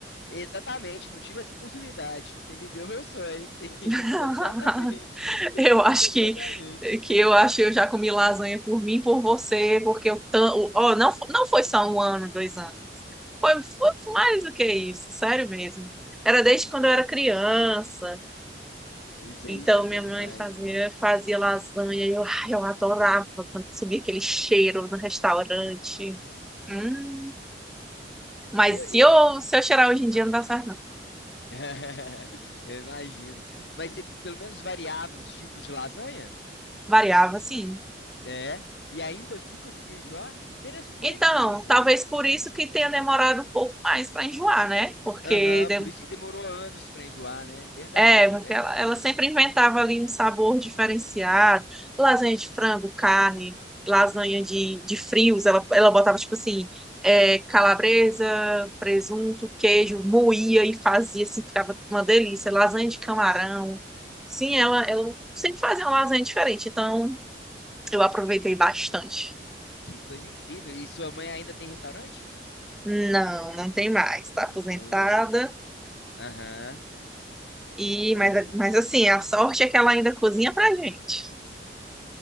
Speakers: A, on the left; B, in the centre.
A: Exatamente, não tive essa oportunidade. Você viveu meu sonho. Sim,
B: <laughs>
A: <laughs> exatamente. <laughs>
B: Eu acho
A: Exatamente.
B: que que eu acho que eu já comi lasanha por mim, por você, porque eu tan- oh, não fo- não foi só um ano, dois anos. Foi, foi mais do que isso, sério mesmo. Era desde quando
A: Nossa,
B: eu era criança.
A: isso,
B: Então
A: é- isso é bom
B: minha mãe
A: demais,
B: fazia
A: mano.
B: fazia lasanha e eu, ai, eu adorava quando subia aquele cheiro no restaurante. Hum. Mas
A: Eu, eu,
B: se eu se eu cheirar hoje
A: eu imagino.
B: em dia não dá certo, não.
A: <laughs> Eu imagino. Mas você pelo menos variava os tipos de lasanha?
B: Variava, sim.
A: É. E ainda assim conseguiu enjoar? Interessante
B: Então,
A: isso,
B: talvez
A: mano.
B: por isso que tenha demorado um pouco mais para enjoar, né? Porque
A: Aham,
B: de-
A: por isso que demorou anos pra enjoar, né? Verdade,
B: é, porque
A: verdade.
B: ela, ela sempre inventava ali um sabor diferenciado, lasanha de frango, carne, lasanha de, de frios, ela, ela botava tipo assim, é, calabresa, presunto, queijo, moía e fazia assim, ficava uma delícia, lasanha de
A: Nossa,
B: camarão. Sim, ela, ela sempre fazia uma lasanha diferente, então eu aproveitei bastante.
A: que coisa incrível. E sua mãe ainda tem restaurante?
B: Não, não tem mais, tá aposentada.
A: Oh, aham.
B: E,
A: Aham.
B: mas, mas
A: <laughs>
B: assim, a sorte é que ela ainda cozinha pra gente.